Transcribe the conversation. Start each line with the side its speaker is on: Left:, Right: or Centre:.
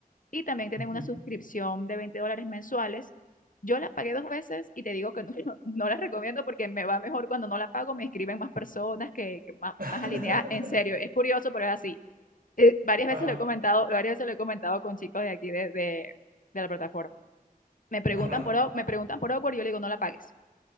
Left: Y también tienen
Right: ujú.
Left: una suscripción de 20 dólares mensuales. Yo la pagué dos veces y te digo que no, <laughs> no la recomiendo porque me va mejor cuando no la pago, me escriben más personas que, que más,
Right: <laughs>
Left: más alineadas. En serio, es curioso, pero es así. Eh, varias
Right: Ajá,
Left: veces lo he comentado, varias veces lo he comentado con chicos de aquí de, de, de la plataforma me preguntan
Right: ajá,
Left: por, me preguntan por Upwork y yo le digo, no la pagues.